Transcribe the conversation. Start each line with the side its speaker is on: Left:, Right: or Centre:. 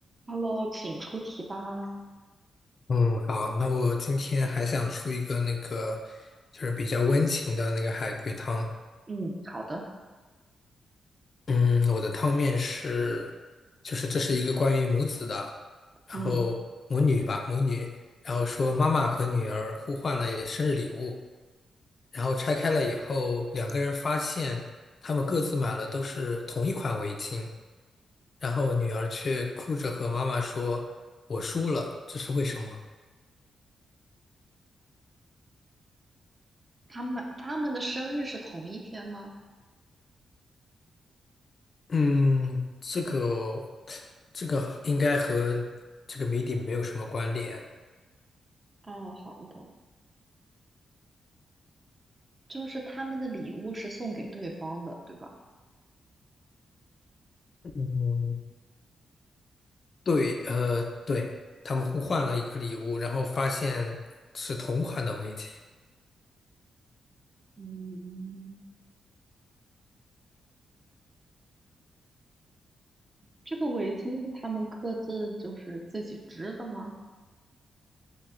Right: Hello，请出题吧。
Left: 嗯，好，那我今天还想出一个那个，就是比较温情的那个海龟汤。
Right: 嗯，好的，
Left: 嗯，我的汤面是，就是这是一个关于母子的，然后母女吧，
Right: 嗯，
Left: 母女，然后说妈妈和女儿互换了生日礼物，然后拆开了以后，两个人发现他们各自买了都是同一款围巾，然后女儿却哭着和妈妈说：“我输了，这是为什么？”
Right: 他们他们的生日是同一天吗？
Left: 嗯，这个这个应该和这个谜底没有什么关联。
Right: 哦，好的，就是他们的礼物是送给对方的，对吧？
Left: 嗯，对，呃，对，他们互换了一个礼物，然后发现是同款的围巾，
Right: 嗯，这个围巾是他们各自就是自己织的吗？